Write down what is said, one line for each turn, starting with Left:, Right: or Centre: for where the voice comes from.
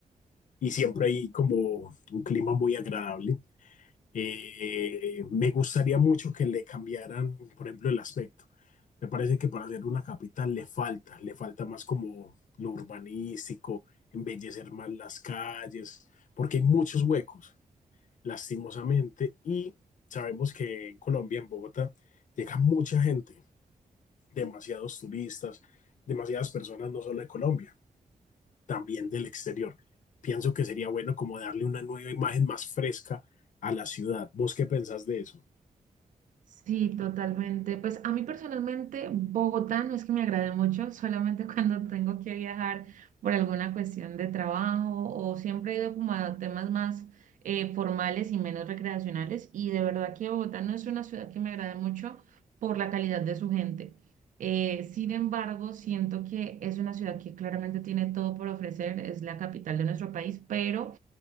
Left: y siempre hay como un clima muy agradable. Eh, eh, me gustaría mucho que le cambiaran, por ejemplo, el aspecto. Me parece que para ser una capital le falta, le falta más como lo urbanístico, embellecer más las calles, porque hay muchos huecos, lastimosamente, y sabemos que en Colombia, en Bogotá, llega mucha gente, demasiados turistas, demasiadas personas, no solo de Colombia, también del exterior. Pienso que sería bueno como darle una nueva imagen más fresca a la ciudad. ¿Vos qué pensás de eso?
Right: Sí, totalmente. Pues a mí personalmente Bogotá no es que me agrade mucho, solamente <laughs> cuando tengo que viajar por alguna cuestión de trabajo o siempre he ido como a temas más eh, formales y menos recreacionales y de verdad que Bogotá no es una ciudad que me agrade mucho por la calidad de su gente. Eh, sin embargo, siento que es una ciudad que claramente tiene todo por ofrecer, es la capital de nuestro país, pero